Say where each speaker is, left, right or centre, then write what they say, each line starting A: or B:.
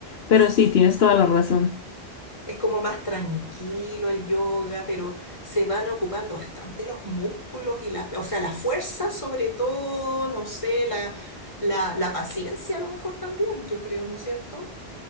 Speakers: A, on the left; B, on the left.
A: Pero
B: Sí.
A: sí, tienes toda la razón.
B: Es como más tranquilo el yoga, pero se van ocupando bastante los músculos y la, o sea, la fuerza sobre todo, no sé, la, la, la paciencia a lo mejor también, yo creo, ¿no es cierto?